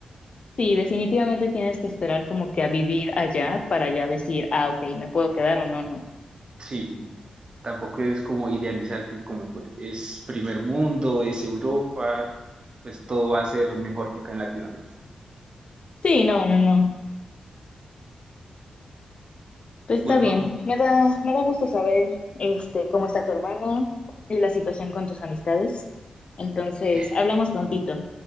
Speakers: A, on the left; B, on the right.
A: Sí, definitivamente tienes que esperar como que a vivir allá para ya decir, ah, ok, me puedo quedar o no, no.
B: Sí, tampoco es como idealizar que como por- es primer mundo, es Europa, pues todo va a ser mejor que acá en Latinoamérica.
A: Sí, no, no, no. Pues
B: Bueno,
A: está bien. Me da, me da gusto saber, este, cómo está tu hermana y la situación con tus amistades. Entonces,
B: <laughs>
A: hablamos prontito.